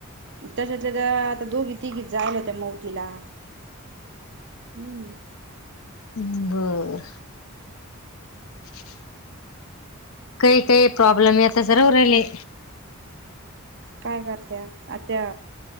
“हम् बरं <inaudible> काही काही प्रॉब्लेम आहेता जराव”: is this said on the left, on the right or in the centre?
Left